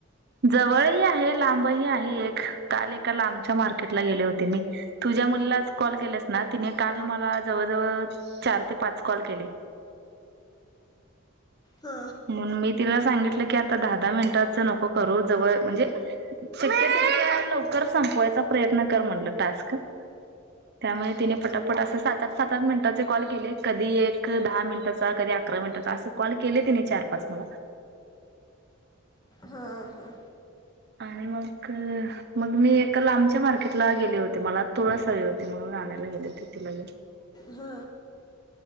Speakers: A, on the right; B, on the left.
A: जवळही आहे लांब ही आहे एक. काल एका लांबच्या मार्केटला गेले होते मी. तु ज्या मुलीला आज कॉल केलेस ना, तिने काल मला जवळ जवळ चार ते पाच कॉल केले.
B: हा
A: म्हणून मी तिला सांगितलं की आ दहा दहा मिनटचं नको, करू. जवळ म्हणजे श्यक्यत लवकर संपयचा प्रयत्न कर म्हणल टास्क. त्यामुळे तिने पटापट अस सात आठ, सात आठ मिनिट कॉल केले. कधी एक दहा मिनिटाचा कधी अकरा मिनिटाचा अस कॉल केले तिने चार पाच मला.
B: हां हां.
A: आणि मग मग मी एका लांबच्या मार्केटला गेले होते. मला तुळस हवी होती म्हणून आणायला गेले होते तिला घेऊन.
B: हा